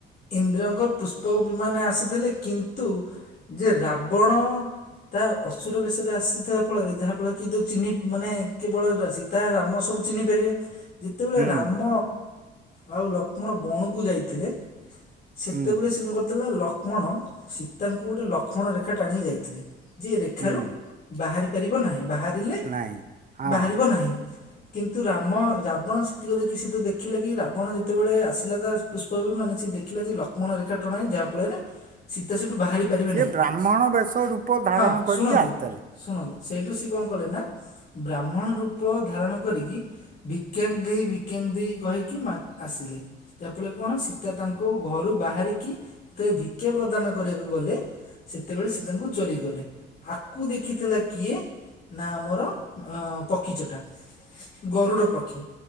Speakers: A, on the left; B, on the right.
A: ଇନ୍ଦ୍ରଙ୍କ ପୁଷ୍ପକ ବିମାନେ ଆସିଥିଲେ କିନ୍ତୁ ଯେ ରାବଣ ତା ଅସୁର ବେଶରେ ଆସିଥିବା ଫଳରେ ଯାହା ଫଳରେ କି ଯୋ ଚିନି ମାନେ କେବଳରେ ଦାସି ତା ରାମ ସବୁ ଚିହ୍ନି ପାରିବେ। ଯେତେବେଳେ
B: ହୁଁ
A: ରାମ ଆଉ ଲକ୍ଷ୍ମଣ ବଣକୁ ଯାଇଥିଲେ ସେତେବେଳେ
B: ହୁଁ
A: ସେ କଣ କରିଥିଲା ଲକ୍ଷ୍ମଣ ସୀତାଙ୍କୁ ଗୋଟେ ଲକ୍ଷ୍ମଣ ରେଖା ଟାଣିକି ଯାଇଥିଲେ। ଯେ ରେଖାରୁ
B: ହୁଁ
A: ବାହାରି ପାରିବ ନାହିଁ, ବାହାରିଲେ
B: ନାଇଁ ହଁ
A: ବାହାରିବ ନାହିଁ। କିନ୍ତୁ ରାମ ରାବଣ ସେତିକ ଦେଖି ସେ ଦେଖିଲେ କି ରାବଣ ଯେତେବେଳେ ଆସିଲା ତା ପୁଷ୍ପକ ବିମାନ ସେ ଦେଖିଲା ଯେ ଲକ୍ଷ୍ମଣ ରେଖା ଟଣାଏଚି ଯାହା ଫଳରେ ସୀତା ସେଠୁ ବାହାରି ପାରିବେ
B: ସିଏ
A: ନାହିଁ
B: ବ୍ରାହ୍ମଣ ବେଶ ରୂପ ଧାରଣ
A: ହଁ ଶୁଣନ୍ତୁ
B: କରିକି ଆସିଥିଲେ
A: ଶୁଣନ୍ତୁ ସେଇଠୁ ସେ କଣ କଲେ ନା ବ୍ରାହ୍ମଣ ରୂପ ଧାରଣ କରିକି ଭିକ୍ୟାଙ୍ଗ ଦ ଭିକ୍ୟାଙ୍ଗ ଦ କହିକି ମା ଆସିଲେ। ଯାହାଫଳରେ କଣ ସୀତା ତାଙ୍କୁ ଘରୁ ବାହାରିକି ଯେତେବେଳେ ଭିକ୍ଷା ପ୍ରଦାନ କରିବାକୁ ଗଲେ ଯେତେବେଳେ ସୀତାଙ୍କୁ ଚୋରି କଲେ ଆକୁ ଦେଖିଥିଲା କିଏ? ନା ଆମର ପକ୍ଷୀ ଚଟା ଗରୁଡ଼ ପକ୍ଷୀ।